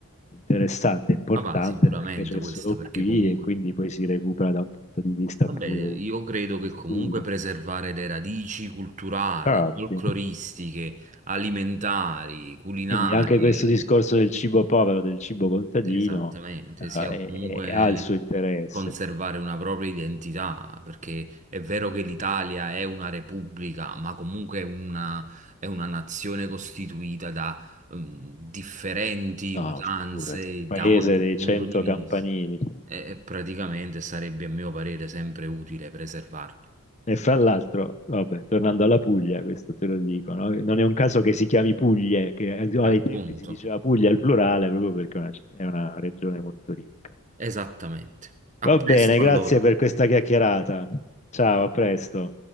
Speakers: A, on the left; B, on the right.
A: interessante, importante
B: Ah, bah, sicuramente
A: perché c'è
B: questo
A: solo
B: perché
A: qui
B: comunque,
A: e quindi poi si recupera da un punto di vista
B: vabbè,
A: più
B: io credo che
A: di studio.
B: comunque preservare le radici culturali,
A: Infatti,
B: folcloristiche, alimentari, Mm. culinarie,
A: quindi anche questo discorso del cibo povero, del cibo contadino,
B: Esattamente,
A: eh,
B: sia comunque
A: è- è- ha il suo interesse.
B: conservare una propria identità, perché è vero che l'Italia è una repubblica, ma comunque è una, è una nazione costituita da ehm, differenti
A: No,
B: usanze
A: figurati, paese
B: da ogni
A: dei
B: punto
A: cento
B: di vista
A: campanili.
B: e e praticamente sarebbe, a mio parere, sempre utile preservarle.
A: E fra l'altro, vabbè, tornando alla Puglia, questo te lo dico, no? Non è un caso che si chiami Puglie, che ai
B: Appunto,
A: tempi si diceva Puglia al plurale proprio perché è una, c- è una regione molto ricca.
B: esattamente. A
A: Va
B: presto
A: bene, grazie
B: allora.
A: per questa chiacchierata. Ciao, a presto.